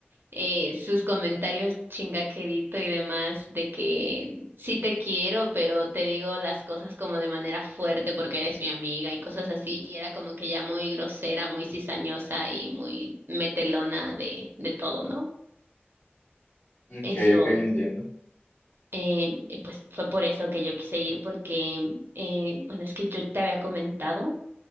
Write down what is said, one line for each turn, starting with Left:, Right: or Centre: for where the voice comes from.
Right: eh, sus comentarios chingaquerito y demás de que sí te quiero, pero te digo las cosas como de manera fuerte porque eres mi amiga y cosas así. Y era como que ya muy grosera, muy cizañosa y muy metelona de, de todo, ¿no?
Left: Ok,
Right: Eso.
Left: ok, entiendo.
Right: Eh, y pues fue por eso que yo quise ir, porque, eh, bueno, es que yo te había comentado